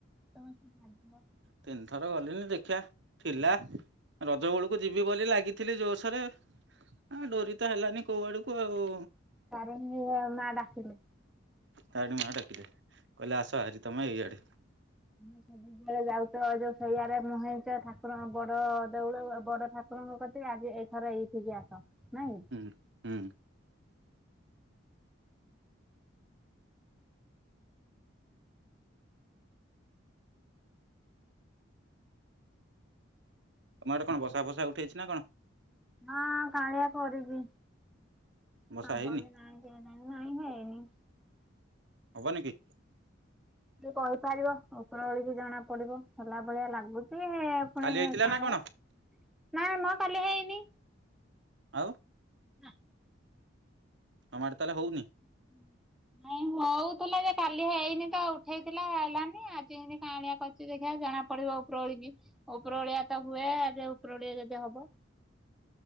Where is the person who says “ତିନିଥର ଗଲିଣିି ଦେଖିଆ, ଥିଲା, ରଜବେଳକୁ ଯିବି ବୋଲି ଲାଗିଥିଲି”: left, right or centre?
Right